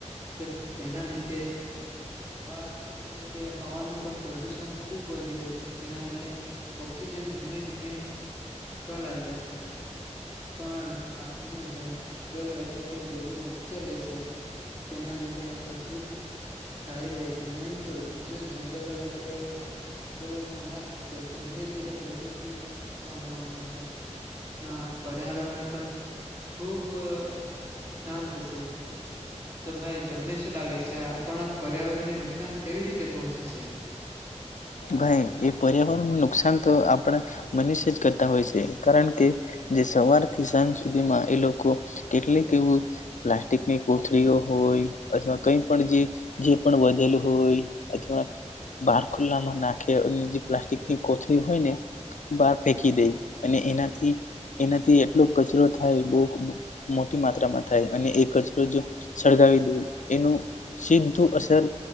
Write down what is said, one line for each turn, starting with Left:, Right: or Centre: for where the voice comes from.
Right: છે તેના લીધે હવા એટલે કે હવાનું પણ પ્રદુષણ ખૂબ વધી રહ્યું છે જેના લીધે ઓક્સિજન ધીમે ધીમે ઘટવા લાગ્યું છે પણ આપણને જંગલ એટલે કે બુ વૃક્ષો રહેશે તો તેના લીધે પ્રકૃતિ સારી રહેશે નહી તો જો જંગલો એટલે જંગલો ન નાશ થશે તો ધીરે ધીરે પ્રકૃતિ પણ નાશ પામ મન છે અને આપણા પર્યાવરણને પણ ખૂબ નુકસાન થશે તો ભાઈ તમને શું લાગે છે આ આપણા પર્યાવરણને નુકસાન કેવી રીતે પહોંચે છે
Left: ભાઈ એ પર્યાવરણ નુકસાન તો આપ પણ મનુષ્ય જ કરતા હોય છે કારણ કે જે સવાર થી સાંજ સુધીમાં એ લોકો કેટલીક એવું પ્લાસ્ટિકની કોથળીઓ હોય અથવા કઈ પણ જે પણ વધેલું હોય અથવા ખુલ્લામાં નાખે અને જે પ્લાસ્ટિકની કોથળી હોય ને બહાર ફેંકી દે અને એનાથી એનાથી એટલો કચરો થાય બહુ મોટી માત્રામાં થાય અને એ કચરો જો સળગાવી દે એનું સીધું અસર